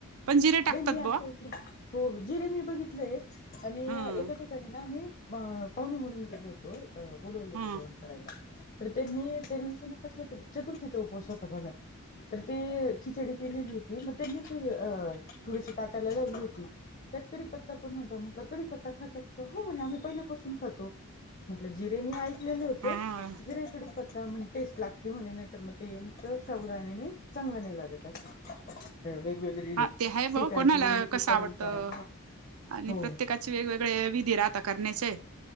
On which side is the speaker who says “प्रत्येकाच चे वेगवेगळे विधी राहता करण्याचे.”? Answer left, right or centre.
Right